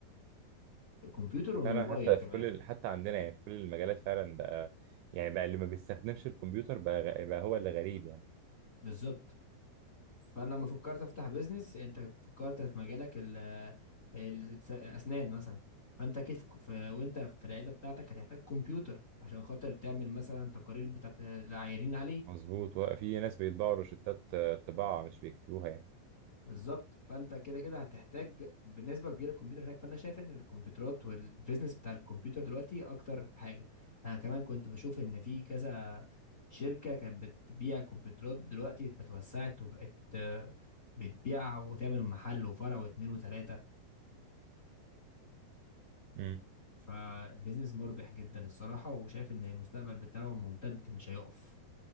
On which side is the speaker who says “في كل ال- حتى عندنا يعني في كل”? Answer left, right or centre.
Right